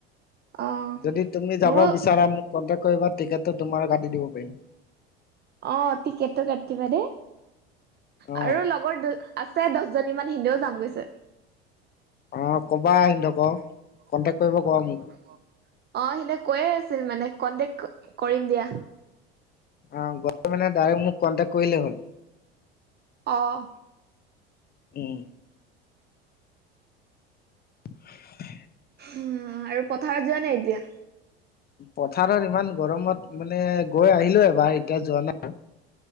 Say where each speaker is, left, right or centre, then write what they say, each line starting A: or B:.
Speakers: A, on the right; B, on the left.
A: অ',
B: যদি তুমি যাব
A: মোৰো
B: বিচাৰা মোক কন্টেক কৰিবা টিকেটটো তোমাৰো কাটি দিব পাৰিম
A: অ টিকেটটো কাটি দিবা দে
B: অ
A: আৰু লগৰ দু আছে দহ জনী মান হিন্দেও যাম গৈছে।
B: অ কবা সিহঁতক।
A: <unintelligible>
B: কন্টেক্ট কৰিব ক'বা মোক
A: অ সিহঁতক কৈয়ে আছিল মানে কণ্টেক্ কৰিম দিয়া।
B: অ গলে মানে ডাইৰেক্ট মোক কণ্টেক্ কৰিলে হ'ল।
A: অহ।
B: উম। <unintelligible>
A: উম, আৰু পথাৰত যোৱা নাই এতিয়া?
B: পথাৰত ইমান গৰমত, মানে গৈ আহিলো এবাৰ এতিয়া যোৱা নাই।